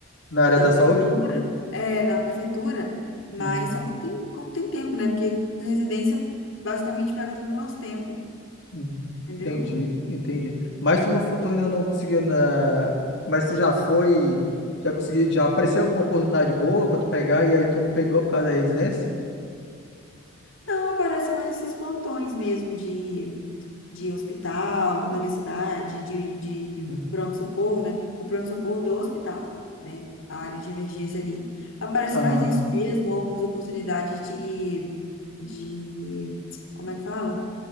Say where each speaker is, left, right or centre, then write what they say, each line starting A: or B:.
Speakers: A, on the left (about 55°); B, on the left (about 75°).
A: na área
B: da
A: da saúde?
B: prefeitura, é, da prefeitura, mas
A: Hum.
B: só quando tem, quando tem tempo, né? Porque residência basicamente pega todo o nosso tempo,
A: Hum,
B: entendeu?
A: Entendi, entendi. Mas tu não, fo- tu ainda não conseguiu na, mas tu já foi, já conseguiu, já apareceu alguma oportunidade boa pra tu pegar e aí tu não pegou por causa da residência?
B: Não, aparece mais esses plantões mesmo de, de hospital na minha cidade, de, de
A: Uhum.
B: pronto-socorro, né? O pronto-socorro do hospital, né? A área de emergência ali. Aparece
A: Aham.
B: mais isso mesmo, algumas oportunidades de, de, como é que fala?